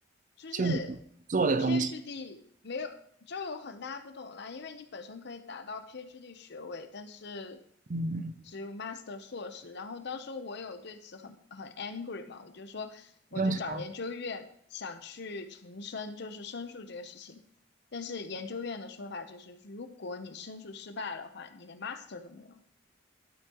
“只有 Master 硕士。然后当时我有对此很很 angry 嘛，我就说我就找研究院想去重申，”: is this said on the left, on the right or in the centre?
Left